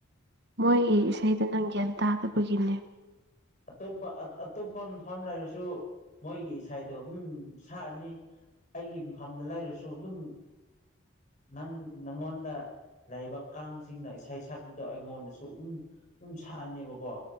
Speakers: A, on the right (about 50°); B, on the left (about 35°).
A: ꯃꯣꯏꯒꯤ ꯏꯁꯩꯗꯨ ꯅꯪꯒꯦꯟ ꯇꯥꯗꯕꯒꯤꯅꯦ
B: ꯑꯇꯣꯞꯄ ꯑꯇꯣꯞꯄ ꯐꯐꯝꯐꯝ ꯂꯩꯔꯁꯨ ꯃꯣꯏꯒꯤ ꯏꯁꯗꯣ ꯎꯝ ꯁꯥꯛꯔꯅꯤ ꯑꯩꯒꯤ ꯃꯐꯝꯗ ꯂꯩꯔꯁꯨ ꯑꯗꯨꯝ ꯅꯪ ꯅꯪꯉꯣꯟꯗ ꯂꯕ ꯀꯥꯡꯁꯤꯡꯅ ꯏꯁꯩ ꯁꯛꯄꯗꯣ ꯑꯩꯉꯣꯟꯗꯁꯨ ꯑꯗꯨꯝ ꯁꯛꯑꯅꯦꯕꯀꯣ